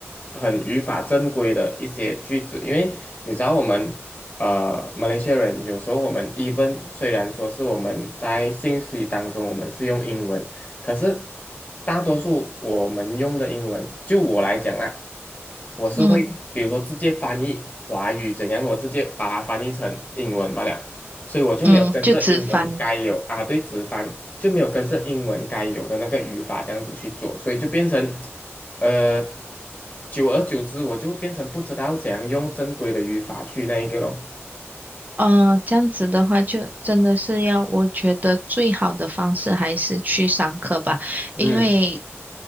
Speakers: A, on the left; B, on the right.
A: 很语法正规的一些句子，因为你知道我们。呃，马来西亚人有时候我们 even 虽然说是我们在信息当中我们是用英文，可是大多数我们用的英文，就我来讲啦，我是会嗯比如说直接翻译华语怎样，
B: 嗯
A: 我直接把它翻译成英文罢了，所以我就没有跟着英文该有啊，
B: 嗯，就直翻。
A: 对，直翻就没有跟着英文该有的那个语法这样子去做，所以就变成呃，久而久之，我就变成不知道怎样用正规的语法去那一个咯。
B: 呃，这样子的话，就真的是要，我觉得最好的方式还是去上课吧。
A: 嗯
B: 因为